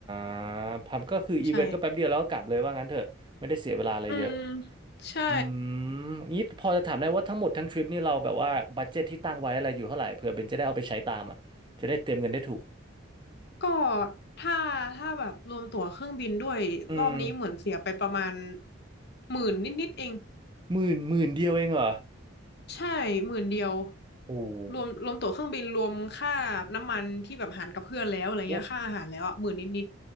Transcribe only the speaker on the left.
ใช่อืมใช่
ก็ถ้าถ้าแบบรวมตั๋วเครื่องบินด้วยรอบนี้เหมือนเสียไปประมาณ
หมื่นนิดๆเอง
ใช่หมื่นเดียว
รวมรวมตั๋วเครื่องบินรวมค่าน้ำมันที่แบบหารกับเพื่อนแล้วอะไรเงี้ยค่าอาหารแล้วอ่ะหมื่นนิด